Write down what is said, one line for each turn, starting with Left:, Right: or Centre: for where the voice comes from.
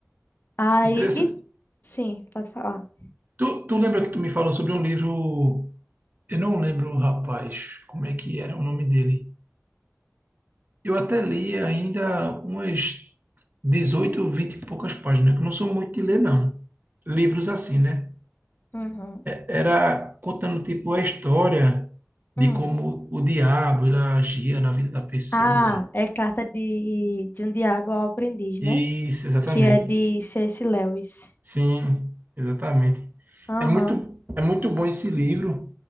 Left: aí...
Right: Interessante.
Left: E, sim, pode falar.
Right: Tu, tu lembra que tu me falou sobre um livro? Eu não lembro, rapaz, como é que era o nome dele. Eu até li ainda umas 18, 20 e poucas páginas, que eu não sou muito de ler, não. Livros assim, né?
Left: Uhum.
Right: Era contando, tipo, a história de
Left: Hum.
Right: como o diabo ele agia na vida da pessoa.
Left: Ah, é carta de, de um diabo ao aprendiz, né?
Right: Isso, exatamente.
Left: Que é de C.S. Lewis.
Right: Sim, exatamente.
Left: Aham,
Right: É muito, é muito bom esse livro.